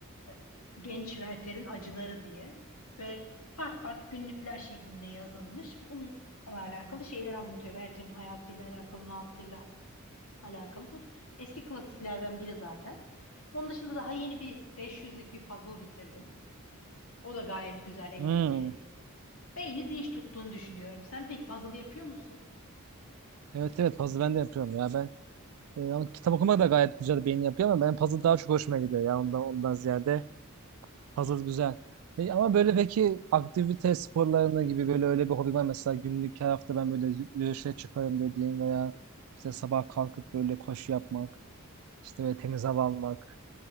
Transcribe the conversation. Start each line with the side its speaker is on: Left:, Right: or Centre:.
Left: e, Genç Werther'in Acıları diye. Böyle part part günlükler şeklinde yazılmış. Bununla alakalı şeyler anlatıyor. Werther'in hayatıyla alakalı, ne yaptığıyla alakalı. Bu eski klasiklerden biri zaten. Onun dışında daha yeni bir 500'lük bir puzzle bitirdim. O da gayet güzel, eğlenceli.
Right: hmm.
Left: Beyni dinç tuttuğunu düşünüyorum. Sen peki puzzle yapıyor musun?
Right: Evet evet puzzle ben de yapıyorum ya ben e, ama kitap okumak da gayet güzel beyin yapıyor ama ben puzzle daha çok hoşuma gidiyor ya ondan ondan ziyade puzzle güzel. E, ama böyle peki aktivite sporlarına gibi böyle öyle bir hobi var mı? mesela günlük her hafta ben böyle yürüyüşe çıkarım dediğin veya işte sabah kalkıp böyle koşu yapmak işte böyle temiz hava almak